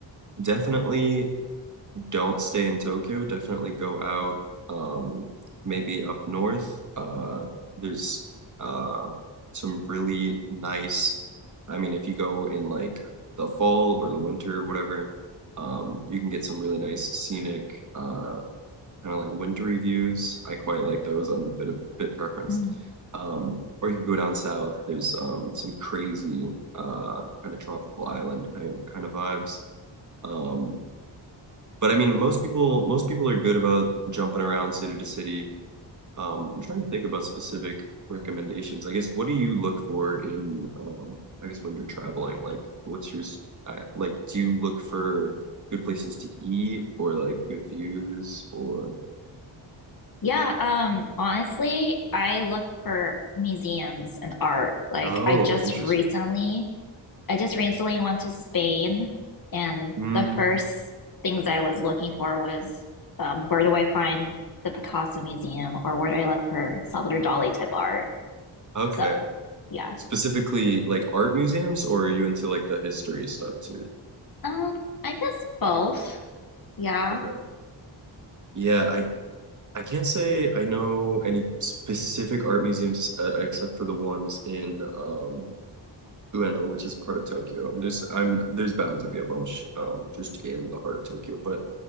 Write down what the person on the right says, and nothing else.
definitely don't stay in Tokyo, definitely go out, um, maybe up north. Uh, there's uh, some really nice, I mean, if you go in like the fall or the winter or whatever, um, you can get some really nice scenic, uh, kind of like wintry views. I quite like those. I'm a bit of bit preference.
Um, or you could go down south. There's um, some crazy uh, kind of tropical island kind kind of vibes. Um, but I mean, most people most people are good about jumping around city to city. Um, I'm trying to think about specific recommendations. I guess what do you look for in um, I guess when you're traveling? Like, what's your s- uh, like? Do you look for good places to eat or like good views or?
Oh,
interesting.
Mm,
okay.
Specifically, like art museums, or are you into like the history stuff too?
Okay. Yeah, I I can't say I know any specific art museums uh, except for the ones in um, Ueno, which is part of Tokyo. There's I'm there's bound to be a bunch um, just in the heart of Tokyo, but